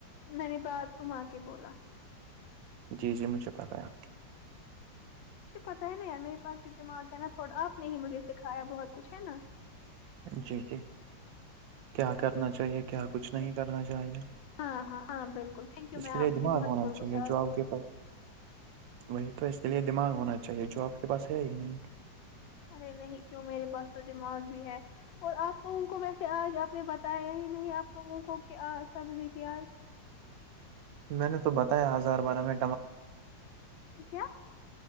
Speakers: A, on the left; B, on the right.
A: میں نے بعد کما کے بولا
B: جی جی مجھے پتاہ ہے
A: مجھے پتا ہے نہیں میرے پاس بھی دماغ ہے نہ تھوڑا آپ نے ہی مجھے سکھایا بہت کچھ ہے نہ
B: جی کے کیا کرنا چاہیے کیا
A: جی جی
B: کچھ نہیں
A: صحیح
B: کرنا
A: بات
B: چاہیے
A: ہاں ہاں ہاں بالکل تھینک یو
B: اس
A: میں
B: کے
A: آپ
B: لیئے دماغ
A: کی بہت
B: ہونا
A: شکر
B: چاہیے
A: گزار
B: جو
A: ہوں
B: آپ کے پر وہی تو اس لیے دماغ ہونا چاہیے جو آپ کے پاس ہے ہی نہیں
A: ارے نہیں کیوں میرے پاس تو دماغ بھی ہے اور آپ تو ان کو ویسے آج آپ نے بتایا ہی نہیں آپ تو ان کو کیا سبزی تھی آج
B: میں نے تو بتایا ہزار بار ہمیں
A: کیا